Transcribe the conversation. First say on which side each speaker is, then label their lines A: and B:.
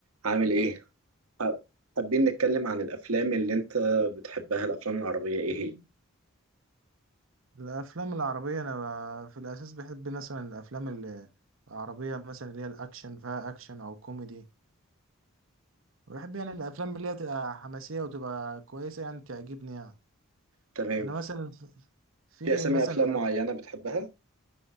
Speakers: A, on the right; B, on the right.
A: عامل ايه؟ ح- حابين نتكلم عن الافلام اللي انت بتحبها الافلام العربية ايه هي؟
B: الافلام العربيه انا ب- في الاساس بحب مثلا الافلام ال- العربيه مثلا اللي هي الاكشن فيها اكشن او كوميدي بحب يعني الافلام اللي هي تبقى حماسيه وتبقى كويسه يعني تعجبني يعني
A: تمام
B: انا مثلا ف- في
A: في اسامي
B: مثلا
A: افلام
B: أف-
A: معينة بتحبها؟